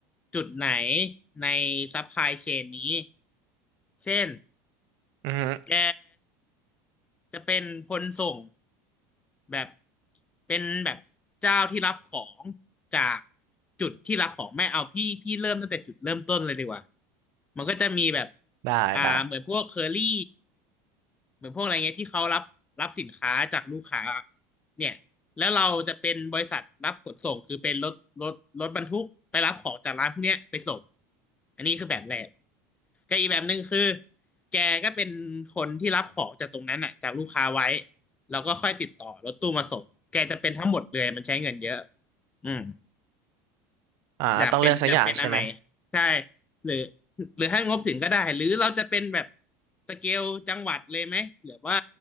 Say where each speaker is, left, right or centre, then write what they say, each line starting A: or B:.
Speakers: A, on the left (about 15°); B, on the right (about 65°).
A: จุดไหนในซัพพลายเชนนี้เช่น
B: อือฮึ
A: แกจะเป็นคนส่งแบบเป็นแบบเจ้าที่รับของจากจุดที่รับของไม่เอาพี่พี่เริ่มตั้งแต่จุดเริ่มต้นเลยดีกว่ามันก็จะมีแบบ
B: ได้ได้
A: อ่าเหมือนพวกเคอรี่ เหมือนพวกอะไรเงี้ยที่เขารับรับสินค้าจากลูกค้าเนี่ยแล้วเราจะเป็นบริษัทรับขนส่งคือเป็นรถรถรถบรรทุกไปรับของจากร้านพวกเนี้ยไปส่งอันนี้คือแบบแรกก็อีกแบบหนึ่งคือแกก็เป็นคนที่รับของจากตรงนั้นอ่ะจากลูกค้าไว้แล้วก็ค่อยติดต่อรถตู้มาส่งแกจะเป็นทั้งหมดเลยมันใช้เงินเยอะอืม
B: อ่าต้องเลือกสักอย่างใช่ไหม
A: อยากเป็นอยากเป็นอันไหนใช่หรือหรือให้งบถึงก็ได้หรือเราจะเป็นแบบสเกลจังหวัดเลยไหมหรือว่า